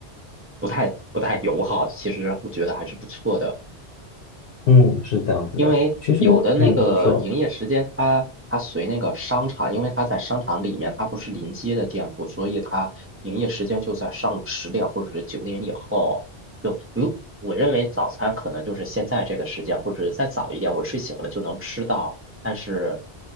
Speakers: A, on the right (about 25°); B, on the left (about 60°).
A: 不太不太友好，其实我觉得还是不错的。
B: 嗯，是这样子的。
A: 因为有的那个营业时间它，
B: 其实，嗯，你说。
A: 它随那个商场，因为它在商场里面，它不是临街的店铺，所以它营业时间就在上午十点或者是九点以后。就你，我认为早餐可能就是现在这个时间，或者是再早一点，我睡醒了就能吃到，但是